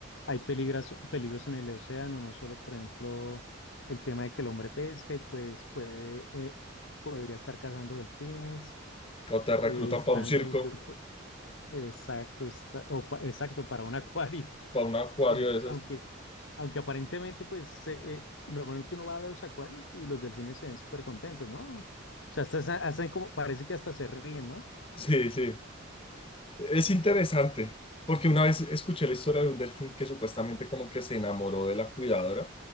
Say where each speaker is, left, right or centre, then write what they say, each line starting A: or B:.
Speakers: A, on the left; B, on the left.
A: hay peligros, peligros en el océano, no solo, por ejemplo, el tema de que el hombre pesca y pues puede, eh, podría estar cazando delfines,
B: O te
A: eh,
B: reclutan
A: están
B: para un
A: los,
B: circo,
A: de- exacto, está- o pa- exacto, para un <laughs> acuario,
B: para un acuario
A: que
B: de esos.
A: aunque, aunque aparentemente, pues se- eh, normalmente uno va a los acuarios y los delfines se ven súper contentos, ¿no? O sea, hasta, hasta como, parece que hasta se ríen, ¿no?
B: Sí, sí. Es interesante, porque una vez escuché la historia de un delfín que supuestamente como que se enamoró de la cuidadora